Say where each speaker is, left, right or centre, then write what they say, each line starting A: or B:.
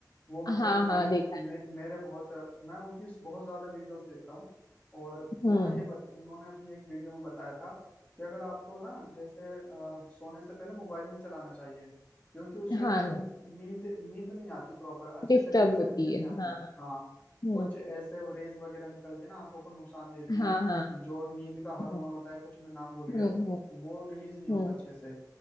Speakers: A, on the left; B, on the left.
A: वो
B: हाँ
A: मतलब
B: हाँ
A: मैं
B: देखा
A: मे,
B: है
A: मेरे बहुत मैं उनकी बहुत ज्यादा वीडियोस देखता हूँ और वो
B: हम्म
A: ना ये बता उन्होंने अपनी एक वीडियो में बताया था कि अगर आपको ना जैसे अ, सोने से पहले मोबाइल नहीं चलाना चाहिए क्योंकि उससे
B: हाँ
A: ना नी, नींद नींद नहीं आती प्रॉपर अच्छे
B: डिस्टर्ब
A: तरीके से
B: होती
A: नींद नहीं
B: है
A: आती
B: हाँ
A: हाँ
B: हम्म
A: कुछ ऐसे रेज वगैरह निकलती है ना आंखों को नुकसान देती हैं
B: हाँ हाँ
A: जो नींद का हार्मोन
B: हम्म
A: होता है कुछ मैं नाम भूल
B: हम्म
A: गया
B: हम्म
A: वो रिलीज नहीं होता
B: हम्म
A: अच्छे से